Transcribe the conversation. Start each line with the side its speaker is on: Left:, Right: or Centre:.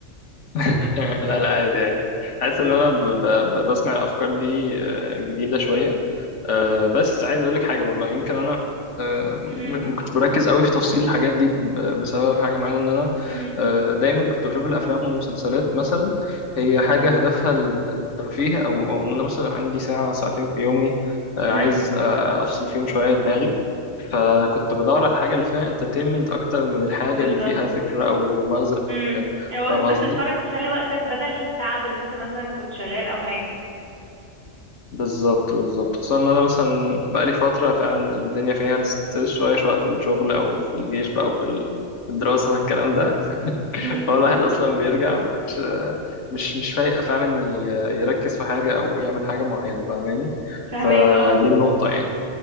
Left: <laughs> لا لا عادي عادي حاسس ان انا ب... ب... ب- بسمع الافكار دي آه، جديدة شوية آه، بس عايز اقول لك حاجه برضه يعني يمكن انا آه،
Right: مهم.
Left: م- ما كنتش بركز قوي في تفصيل الحاجات دي ب- بسبب حاجه معينه ان انا
Right: مهم.
Left: آه، دايما كنت بشوف الافلام والمسلسلات مثلا هي
Right: مهم.
Left: حاجه هدفها ال- الترفيه او او ان انا مثلا عندي ساعه ساعتين في يومي آه،
Right: مهم.
Left: عايز آه، افصل فيهم شويه دماغي فكنت بدور على الحاجه اللي فيها انترتينمنت اكتر من الحاجه
Right: بالظبط
Left: اللي فيها فكره او مغزى
Right: مم. هو
Left: فاهم
Right: بس
Left: قصدي
Right: تتفرج تسلي وقتك بدل التعب اللي انت مثلا كنت شغال او حاجة
Left: بالظبط بالظبط خصوصا ان انا مثلا بقالي فتره فعلا الدنيا فيها الستريس شويه شويه في الشغل او في الجيش بقى او في ال- في الدراسه <laughs> في الكلام ده <laughs>
Right: امم
Left: فهو الواحد اصلا بيرجع مش مش مش فايق فعلا ي- يركز في حاجه او يعمل حاجه معينه فاهماني
Right: فهماك
Left: فدي
Right: اه
Left: النقطه يعني